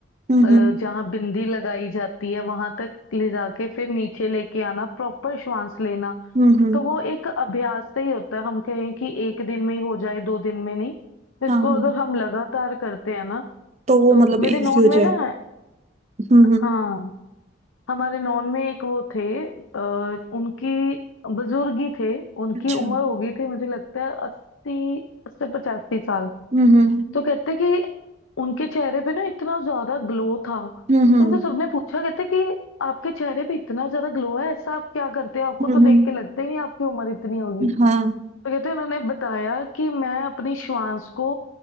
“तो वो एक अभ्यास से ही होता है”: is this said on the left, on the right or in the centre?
Left